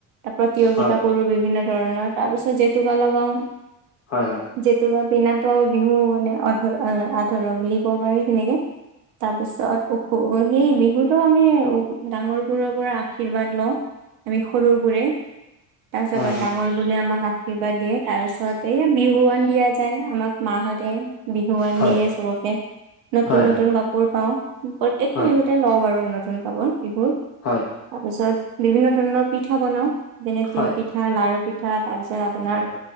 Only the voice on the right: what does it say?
এ প্ৰতিযোগিতা
কৰো বিভিন্ন ধৰণৰ, তাৰ পিছত জেতুকা লগাওঁ।
জেতু বিনাটো বিহু মানে অধ আধৰুৱা বুলি ক'ব পাৰি সেনেকে। তাৰ পিছত ওখো সেই বিহুতো আমি ডাঙৰবোৰৰ পৰা আশীৰ্বাদ লওঁ। আমি সৰুবোৰে। তাৰপিছত
ডাঙৰ বোৰে আমাক আৰ্শীৰ্বাদ দিয়ে তাৰ পিছত এই বিহুৱান দিয়া যায় আমাক মাহঁতে। বিহুৱান
দিয়ে চবকে নতুন,
নতুন কাপ পোৰ পাওঁ, প্ৰত্যেকটো
বিহুতে লওঁ বাৰু নতুন কাপোৰ বিহুৰ।
তাৰপিছত বিভিন্ন ধৰণৰ পিঠা বনাওঁ। যেনে
তিল পিঠা লাৰু পিঠা তাৰপিছত আপোনাৰ